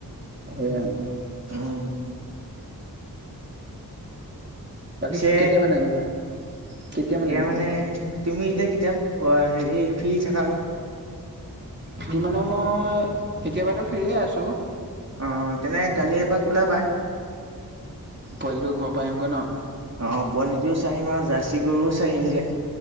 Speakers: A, on the right (about 30°); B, on the right (about 45°).
A: হেয়া
B: উম।
A: বাকী
B: পিছে
A: কেতিয়া মানে আনিবা কেতিয়া
B: এতিয়া
A: আনিবা
B: মানে তুমি এতিয়া কেতিয়া হেৰি ফ্ৰী থাকা।
A: ফ্ৰী মানে মই এতিয়াবাতো ফ্ৰী এই আছো।
B: অ তেনে কালি এপাক ওলাবা।
A: পোৱালিটোৰ ঘৰৰ পৰা আহিমগৈ ন।
B: অ পোৱালিটোও চাই আহিম আৰু জাৰ্চি গৰুও চাইহিমগে।